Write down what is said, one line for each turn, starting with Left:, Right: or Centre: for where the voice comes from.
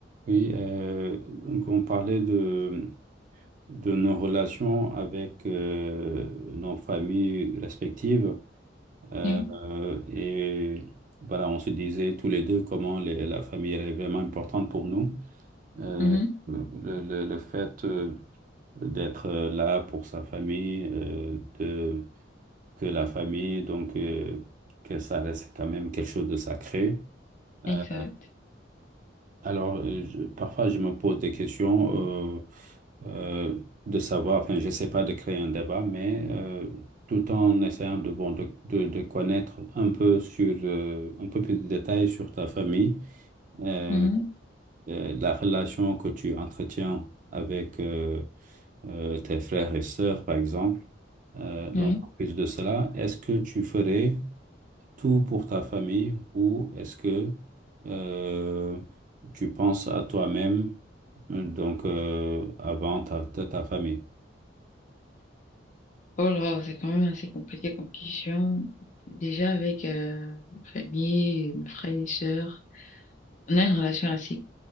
Right: Oui, euh, donc on parlait de, de nos relations avec euh, nos familles respectives. Euh,
Left: Oui,
Right: euh, et voilà, on se disait tous les deux comment les- la famille elle est vraiment importante pour nous. Euh,
Left: mhm,
Right: le, le- le fait euh, d'être euh, là pour sa famille, euh, de, que la famille, donc, euh, que ça reste quand même quelque chose de sacré. Euh,
Left: exact.
Right: alors, euh, je- parfois, je me pose des questions euh, euh, de savoir, enfin, je sais pas de créer un débat, mais euh, tout en essayant de, bon, de, de, de connaître un peu sur, euh, un peu plus de détails sur ta famille, euh,
Left: Mhm,
Right: euh, la relation que tu entretiens avec euh, euh, tes frères et sœurs, par exemple. Euh, donc,
Left: oui.
Right: en plus de cela, est-ce que tu ferais tout pour ta famille ou est-ce que euh, tu penses à toi-même, euh, donc euh, avant ta, ta, ta famille?
Left: Oh là, c'est quand même assez compliqué comme question. Déjà avec euh, ma famille, mes frères et sœurs, on a une relation assez,